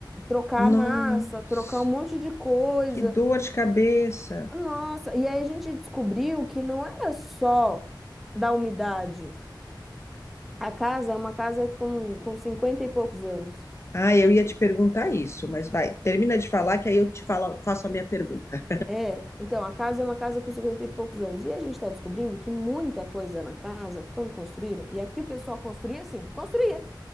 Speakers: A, in the centre; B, on the left (about 35°).
A: trocar
B: Nossa,
A: a massa, trocar um monte de coisa.
B: que dor de cabeça.
A: Nossa, e aí a gente descobriu que não era só da umidade. A casa é uma casa com, com 50 e poucos anos.
B: Ah, eu ia te perguntar isso, mas vai, termina de falar que aí eu te falo, faço a minha pergunta.
A: É, então a casa é uma casa com 50 e poucos anos. E a gente está descobrindo que muita coisa na casa, quando construíram, e aqui o pessoal construía assim, construía.